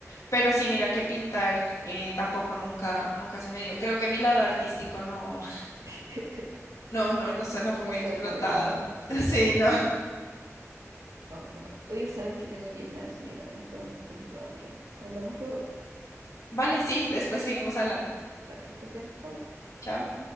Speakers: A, on the left; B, on the right.
A: Pero sí, mira que pintar eh, tampoco nunca, nunca se me dio. Creo que mi lado artístico no.
B: <laughs>
A: No, no, no sé, no fue
B: No
A: muy
B: se
A: explotado.
B: desarrolló. Sí.
A: <laughs> Sí, no.
B: Oh, qué mal. Oye, sabes que tengo que irme a desayunar, me está dando un poquito de hambre. Hablamos luego.
A: Vale, sí, después seguimos hablando.
B: Vale, que estés bien. Chau.
A: Chao.